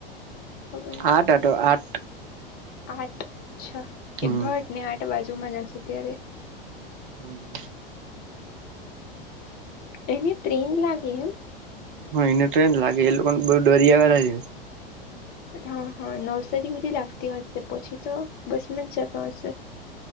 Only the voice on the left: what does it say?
ખબર
આઠ અચ્છા
એ ભાટ ને આઠ બાજુમાં જશે ત્યારે‌.
એને ટ્રેન લાગે એમ.
હા હા નવસારી સુધી લાગતી હશે પછી તો બસમાં જ જતો હશે.